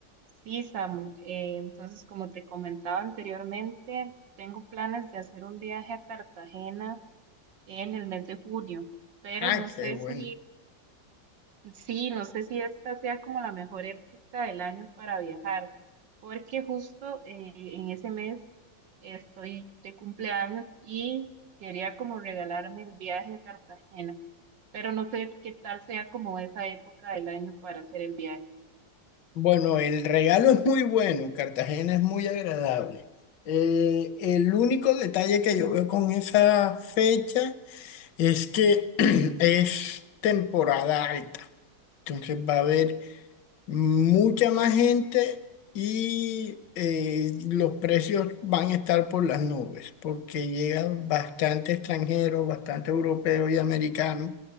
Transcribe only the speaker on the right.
Sí, Samu. eh, entonces, como te comentaba anteriormente, tengo planes de hacer un viaje a Cartagena en el mes de junio, pero
no
sé
si, sí, no sé si esta sea como la mejor época del año para viajar, porque justo eh, en ese mes estoy de cumpleaños y quería como regalarme el viaje a Cartagena, pero no sé qué tal sea como esa época del año para hacer el viaje.